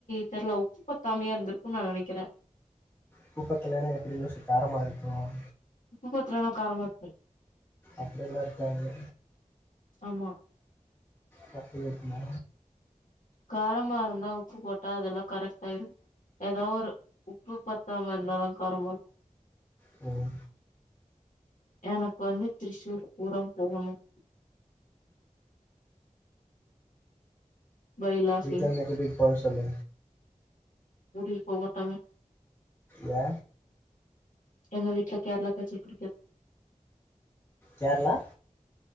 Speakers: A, on the left (about 75°); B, on the left (about 15°).
A: தெர்ல உப்பு பத்தாமையா இருந்திருக்குன் நா நனைக்கிறேன்
B: கூப்பத்துலு எப்டி யோசு தாரமா இருக்கும்
A: உப்பு பத்தலனா காரமா இருக்கு
B: அப்டில்லா இருக்காங்க
A: ஆமா
B: பத்து நிம்ஷமா
A: காரமா இருந்தா உப்பு போட்டா அதெல்லா கரெக்ட்டாயிடு ஏதோ ஒரு உப்பு பத்தாம இருந்தாதா காரமா இருக்
B: ம்
A: எனக்கு வந்து திரிசூர்புரம் போகணும் பைலாசிங்
B: வீட்ல இருந்து கூட்டிட்டு போக சொல்லு
A: கூடி போவ்மாட்டாங்க
B: ஏ
A: எங்க வீட்டுல கேரளா கல்ச்சர் புடிக்கு
B: கேர்ளா